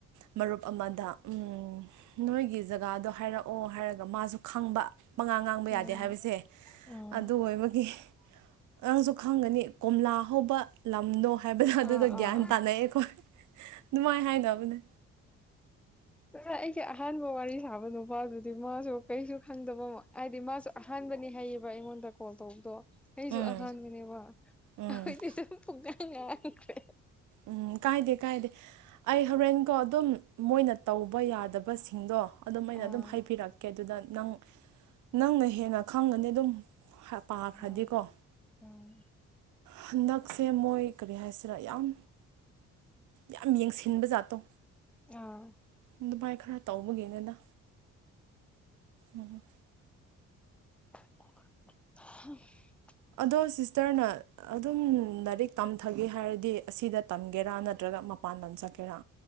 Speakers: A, on the right; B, in the centre.
A: ꯃꯔꯨꯞ ꯑꯃꯗ ꯎ ꯅꯣꯏꯒꯤ ꯖꯒꯥꯗꯣ ꯍꯥꯏꯔꯛꯑꯣ ꯍꯥꯏꯔꯒ ꯃꯥꯁꯨ ꯈꯪꯕ ꯃꯉꯥ ꯉꯥꯡꯕ
B: ꯎꯝ
A: ꯌꯥꯗꯦ ꯍꯥꯏꯕꯁꯦ
B: ꯎꯝ
A: ꯑꯗꯨ ꯑꯣꯏꯕꯒꯤ ꯅꯪꯁꯨ ꯈꯪꯒꯅꯤ ꯀꯣꯝꯂꯥ ꯍꯧꯕ ꯂꯝꯗꯣ ꯍꯥꯏꯕꯗꯣ ꯑꯗꯨꯗ
B: ꯑꯥ ꯑꯥ
A: ꯒ꯭ꯌꯥꯟ
B: ꯑꯥ
A: ꯇꯥꯅꯩꯑꯦꯈꯣ ꯅꯨꯡꯉꯥꯏ ꯍꯥꯏꯅꯕꯅꯦ
B: ꯑꯩꯒꯤ ꯑꯍꯥꯟꯕ ꯋꯥꯔꯤ ꯁꯥꯕ ꯅꯨꯄꯥꯗꯨꯗꯤ ꯃꯥꯁꯨ ꯀꯩꯁꯨ ꯈꯪꯗꯕ ꯍꯥꯏꯗꯤ ꯃꯥꯁꯨ ꯑꯍꯥꯟꯕ ꯈꯅꯤ ꯍꯥꯏꯌꯦꯕ ꯑꯩꯉꯣꯟꯗ ꯀꯣꯜ ꯇꯧꯕꯗꯣ ꯑꯩꯁꯨ
A: ꯎꯝ
B: ꯑꯍꯥꯟꯕꯅꯦꯕ
A: ꯎꯝ
B: ꯑꯩꯈꯣꯏꯗꯤ ꯁꯨꯝ ꯉꯈ꯭ꯔꯦ
A: ꯎꯝ ꯀꯥꯏꯗꯦ ꯀꯥꯏꯗꯦ ꯑꯩ ꯍꯣꯔꯦꯟꯀꯣ ꯑꯗꯨꯝ ꯃꯣꯏꯅ ꯇꯧꯕ ꯌꯥꯗꯕꯁꯤꯡꯗꯣ ꯑꯗꯨꯝ ꯑꯩꯅ
B: ꯑꯥ
A: ꯑꯗꯨꯝ ꯍꯥꯏꯕꯤꯔꯛꯀꯦ ꯑꯗꯨꯗ ꯅꯪ ꯅꯪꯅ ꯍꯦꯟꯅ ꯈꯪꯒꯅꯤ ꯑꯗꯨꯝ ꯄꯥꯈ꯭ꯔꯗꯤꯀꯣ
B: ꯍꯣꯏ ꯎꯣꯏ
A: ꯍꯟꯗꯛꯁꯦ ꯃꯣꯏ ꯀꯔꯤ ꯍꯥꯏꯁꯤꯔꯥ ꯌꯥꯝ ꯌꯥꯝ ꯌꯦꯡꯁꯤꯟꯕ ꯖꯥꯠꯇꯣ
B: ꯑꯥ
A: ꯑꯗꯨꯃꯥꯏ ꯈꯔ ꯇꯧꯕꯒꯤꯅꯅ ꯎꯝ
B: <unintelligible>
A: ꯑꯗꯣ ꯁꯤꯁꯇꯔꯅ ꯑꯗꯨꯝ ꯂꯥꯏꯔꯤꯛ ꯇꯝꯊꯒꯦ ꯍꯥꯏꯔꯗꯤ ꯑꯁꯤꯗ ꯇꯝꯒꯦꯔꯥ ꯅꯠꯇ꯭ꯔꯒ ꯃꯄꯥꯟ ꯑꯅꯟ ꯆ ꯀꯦꯔꯥ